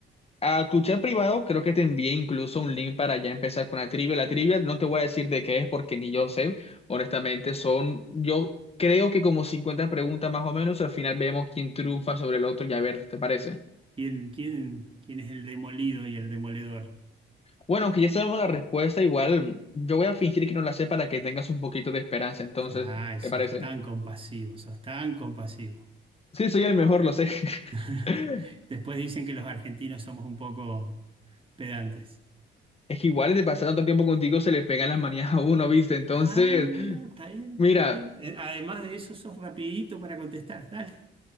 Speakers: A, on the left; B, on the right.
A: A tu chat privado creo que te envié incluso un link para ya empezar con la trivia. La trivia no te voy a decir de qué es porque ni yo sé. Honestamente, son, yo creo que como 50 preguntas más o menos. Al final vemos quién triunfa sobre el otro y a ver, ¿te parece?
B: ¿Quién, quién, quién es el demolido y el demoledor?
A: Bueno, aunque ya sabemos la respuesta, igual yo voy a fingir que no la sé para que tengas un poquito de esperanza. Entonces,
B: Ay,
A: ¿te
B: sos
A: parece?
B: tan compasivo, sos tan compasivo.
A: Sí, soy el mejor, lo sé.
B: <laughs>
A: <laughs>
B: Después dicen que los argentinos somos un poco pedantes.
A: Es que igual de pasar tanto tiempo contigo se le pegan las manías a uno, ¿viste? Entonces,
B: Ah, está bien,
A: mira,
B: está bien. Eh, Además de eso, sos rapidito para contestar. Dale,